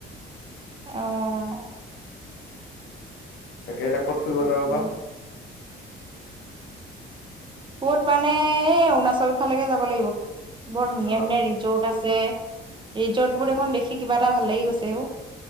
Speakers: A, on the right (about 25°); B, on the left (about 75°).
A: আহ
B: তাকে এতিয়া ক'ত ফুৰিব
A: তাকে
B: যাব বা
A: ক'ত মানে এ অৰুণাচল ফালেকে যাব লাগিব বৰ ধুনীয়া
B: অ
A: ধুনীয়া ৰিজৰ্ট আছে ৰিজৰ্ট বোৰ এখন দেখি কিবা এটা ভাল লাগি গৈছে অ'